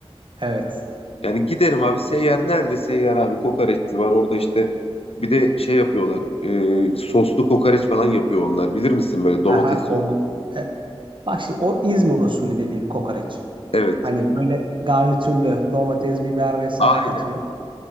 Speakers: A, on the right; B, on the left.
A: Evet.
B: Yani giderim abi seyyar nerede seyyar abi kokoreççi var orada işte bir de şey yapıyorlar e, soslu kokoreç falan yapıyor onlar bilir misin böyle domates
A: Aha, olma.
B: sos.
A: E, bak şimdi o İzmir usulü dediğin kokoreç.
B: Evet
A: Hani böyle garnitürlü domates, biber vesaire
B: aynen
A: katıyor.